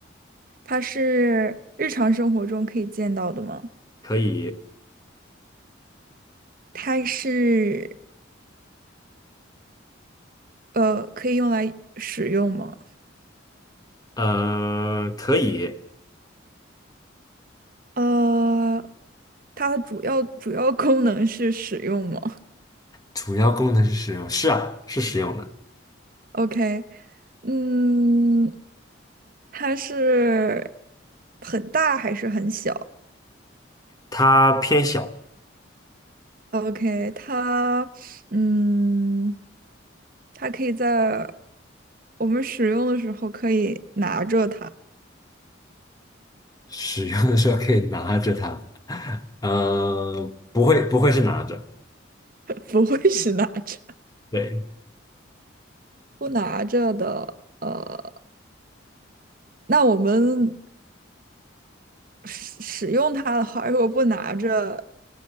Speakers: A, on the right (about 45°); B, on the left (about 20°).
A: 它是日常生活中可以见到的吗？
B: 可以，
A: 它是呃，可以用来使用吗？
B: 呃，可以。
A: 呃，它的主要主要功能是使用吗？
B: 主要功能是食用，是啊，是食用的。
A: OK，嗯，它是很大还是很小
B: 它偏小，
A: ？OK，它，嗯，它可以在我们使用的时候可以拿着它，
B: 使用的时候可以拿着它，嗯，不会不会是拿着，
A: <laughs> 不会是拿着，
B: 对，
A: 不拿着的。呃，那我们使使用它的话，如果不拿着，